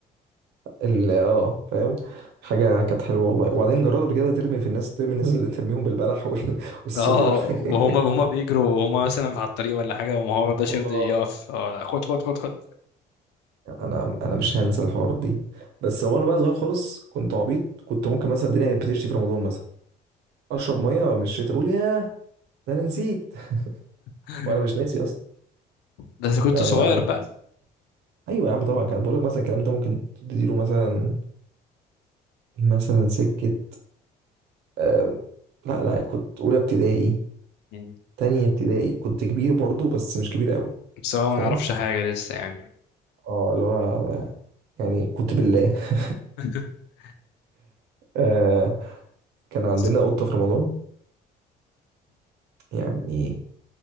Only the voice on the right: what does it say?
ال- اه فاهم حاجه كانت حلوه والله وبعدين جربت قبل كده ترمي في الناس ترمي الناس اللي ترميهم بالبلح وال- والصوبيا
وال-
<laughs>
اه
انا انا مش هنسى الحوارات دي بس هو انا بقى صغير خالص كنت عبيط كنت ممكن مثلا الدنيا كانت بتشتي في رمضان مثلا اشرب ميه من الشتاء اقول ياه ده انا نسيت <laughs>
وانا مش ناسي اصلا
يعني
انا مش
ناسي ايوه يا عم طبعا كان بقول لك مثلا الكلام ده ممكن تديله مثلا مثلا سكه آم، لا لا كنت اولى ابتدائي
تانية ابتدائي كنت كبير برضو بس مش كبير قوي
أنت
فاهم
اه اللي هو يعني كنت بالله <laughs>
آه كان عندنا
قطة في رمضان يعني